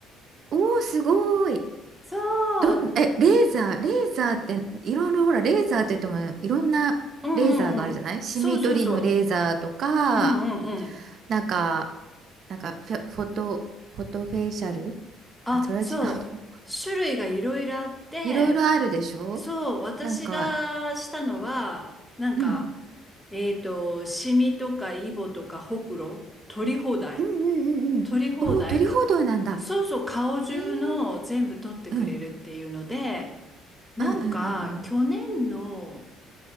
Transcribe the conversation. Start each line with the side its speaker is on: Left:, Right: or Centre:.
Right: おお、すごい。
Centre: そ
Right: どん、
Centre: う、
Right: え、レーザー、レーザーって、いろいろ、ほら、レーザーって言っても、いろんなレーザーがあるじゃないシミ取りのレーザーとか、
Centre: うんうんうん。そうそうそう。うんうんうん。
Right: なんか、なんかフェ、フォト、フォトフェイシャル
Centre: あ、
Right: あ、それは違うの。
Centre: そう。種類がいろいろあって、
Right: <laughs> いろいろあるでしょ
Centre: そう、私がしたのは、
Right: なんか、
Centre: なんか、
Right: うん。
Centre: えっと、シミとかイボとかほくろ、取り放題。
Right: うんうんうんうん。
Centre: 取り放題か、
Right: おお、鳥報道なんだ。
Centre: そうそう、顔中の全部取ってくれるっていうので、
Right: へえ。うん。
Centre: なんか去年の
Right: うんうんうん